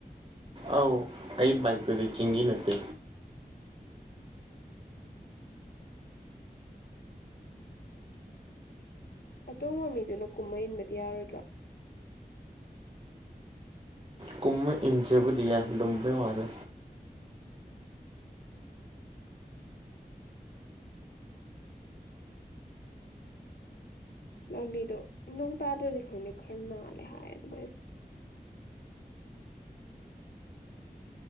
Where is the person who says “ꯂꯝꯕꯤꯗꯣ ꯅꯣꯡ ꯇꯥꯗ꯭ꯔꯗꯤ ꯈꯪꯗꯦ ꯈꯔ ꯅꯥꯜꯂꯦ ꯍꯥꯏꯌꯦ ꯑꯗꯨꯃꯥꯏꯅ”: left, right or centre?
Left